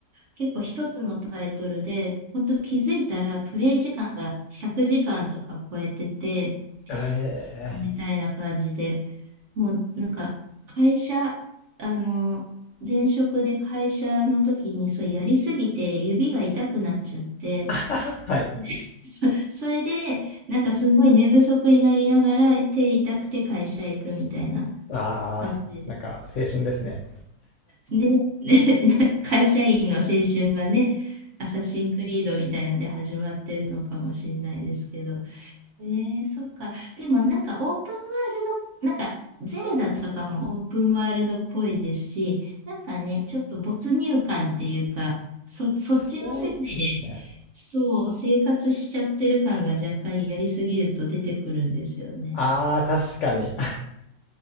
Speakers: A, on the right; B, on the left.
A: 結構一つのタイトルで、本当気づいたらプレイ時間が100時間とか超えてて、
B: ええ
A: そうみたいな感じで、もうなんか会社、あの、前職で会社の時にそうやりすぎて指が痛くなっちゃって、
B: ー <laughs> はい。
A: そ <laughs> それで、なんかすごい寝不足になりながら手痛くて会社へ行くみたいな
B: ああ、
A: 感じで。
B: なんか青春ですね。
A: ね、ね、<laughs> 会社員の青春がね、アサシンクリードみたいので始まってるのかもしれないですけど。えー、そっか。でもなんかオープンワールド、なんかゼルダとかもオープンワールドっぽいですし、なんかね、ちょっと没入感っていうか、そ、そっちの世界で、
B: そうですね。
A: そう、生活しちゃってる感が若干やりすぎると出てくるんですよね。
B: ああ、確かに。<laughs>